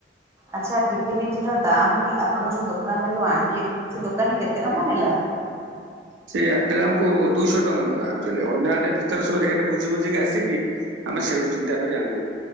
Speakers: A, on the right; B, on the right.
A: ଆଚ୍ଛା ଟିଫିନଟିର ଦାମଟି ଆପଣ ଯୋଉ ଦୋକାନ ରୁ ଆଣିଲେ ସେ ଦୋକାନୀ କେତେ ଟଙ୍କା ନେଲା?
B: ସେ ଆଚୁଆଲି ଆମକୁ ଦୁଇଶହ ଟଙ୍କା ନେଲା ଆକ୍ଚୁଆଲି ଅନ୍ୟ ଆଡେ ଭିତରେ ସବୁ ରେଟ ବୁଝି ବୁଝିକି ଆସିକି ଆମେ ସେଇଠୁ ଚିନ୍ତା କରି ଆଣିଲୁ